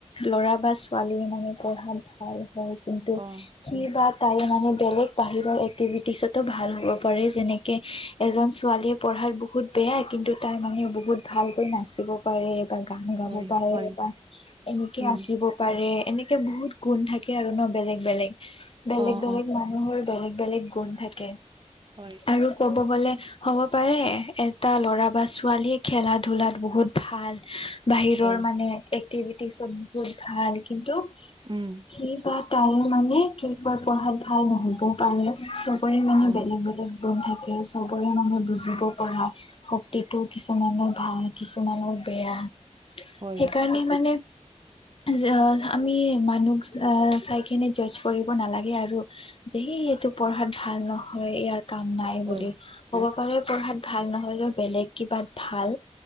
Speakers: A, on the left (about 50°); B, on the right (about 45°).
A: ল'ৰা বা ছোৱালী মানে পঢ়াত ভাল হয়। কিন্তু
B: অ
A: সি বা তাই মানে বেলেগ বাহিৰৰ এক্টিভিটিছতো ভাল <unintelligible> ভাল হ'ব পাৰে যেনেকে এজন ছোৱালীয়ে পঢ়াত বহুত বেয়া কিন্তু তাই মানুেও বহুত ভাল- নাচিব পাৰে বা গান গাব
B: হয়
A: পাৰে
B: হয়
A: বা এনেকে
B: উম
A: আঁকিব পাৰে। এনেকে বহুত গুণ থাকে আৰু ন বেলেগ বেলেগ বেলেগ
B: অ
A: বেলেগ
B: অ
A: মানুহৰ বেলেগ বেলেগ গুণ থাকে
B: হয়
A: আৰু ক কবলে হ'ব পাৰে এটা ল'ৰা বা ছোৱালীয়ে খেলা ধূলাত বহুত ভাল বাহিৰৰ
B: অ
A: মানে এক্টিভিটিছত বহুত ভাল কিন্তু
B: উম
A: সি বাত তাই মানে কি কয় পঢ়াত ভাল নহব পাৰে চবৰে
B: অ
A: বেলেগে বেলেগে গুণ থাকে চবৰে মানে বুজিব পৰা শক্তিটো কিছুমানে ভাল কিছুমানৰ বেয়া
B: হয়
A: সেইকাৰণে মানে যে আমি মানুহ আহ চাই কিনে জজ কৰিব নালাগে আৰু যে সি পঢ়াত ভাল নহয় ইয়াৰ কাম নাই
B: হয়
A: বুলি হ'ব পঢ়াত ভাল নহলেও বেলেগ কিবাত ভাল